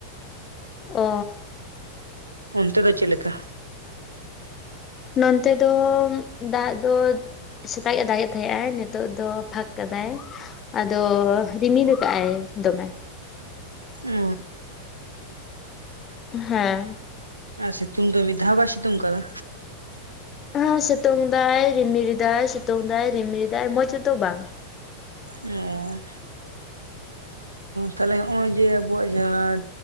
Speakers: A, on the left; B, on the right.
A: ᱚ᱾
B: ᱚᱱᱛᱮ ᱫᱚ ᱪᱮᱫ ᱞᱮᱠᱟ᱾
A: ᱱᱚᱛᱮ ᱫᱚ ᱫᱟᱜ ᱫᱚ ᱥᱮᱛᱟᱜ ᱮ ᱫᱟᱜᱮ ᱛᱟᱦᱮᱸᱜ-ᱟᱭ ᱱᱤᱛᱚᱜ ᱫᱚ ᱯᱷᱟᱸᱠ ᱠᱟᱫᱟᱭ ᱟᱫᱚ ᱨᱤᱢᱤᱫ ᱠᱟᱜᱼᱟᱭ ᱫᱚᱢᱮ
B: ᱚ
A: ᱦᱮᱸ,
B: ᱟᱨ ᱥᱤᱛᱩᱝ ᱫᱚ ᱢᱤᱫ ᱫᱷᱟᱣ ᱵᱟᱭ ᱥᱤᱛᱩᱝ ᱠᱟᱫᱟ
A: ᱦᱮᱸ ᱥᱤᱛᱩᱝ ᱫᱟᱭ ᱨᱤᱢᱤᱨ ᱫᱟᱭ ᱥᱤᱛᱩᱝ ᱫᱟᱭ ᱨᱤᱢᱤᱨ ᱫᱟᱭ ᱢᱚᱡᱽ ᱛᱮᱫᱚ ᱵᱟᱝ
B: ᱟᱨ
A: <inaudible>
B: ᱛᱟᱦᱞᱮ ᱦᱚᱜ ᱚᱭ ᱡᱮ ᱟᱵᱚᱣᱟᱜ ᱡᱟᱦᱟᱸ